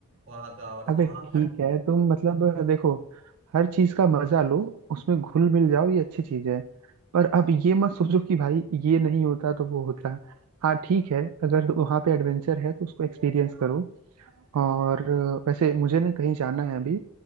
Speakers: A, on the right; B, on the right.
A: वहां का और
B: अबे
A: वहां
B: ठीक
A: हर
B: है तुम मतलब देखो हर चीज का मजा लो उसमें घुल मिल जाओ ये अच्छी चीज है पर अब ये मत सोचो कि भाई ये नहीं होता तो वो होता हाँ ठीक है अगर वहाँ पे एडवेंचर है तो उसको एक्सपीरियंस करो और वैसे मुझे ना कहीं जाना है अभी